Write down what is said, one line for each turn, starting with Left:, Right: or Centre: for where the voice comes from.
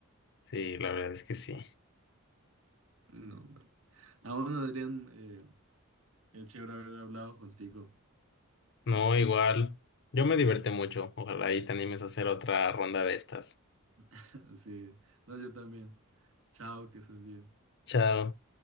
Left: Sí, la verdad es que sí.
Right: No, bueno. Ah, bueno, Adrián, eh, qué chévere haber hablado contigo.
Left: No, igual. Yo me divertí mucho. Ojalá ahí te animes a hacer otra ronda de estas.
Right: <laughs> Sí, no, yo también. Chao, que estés bien.
Left: Chao.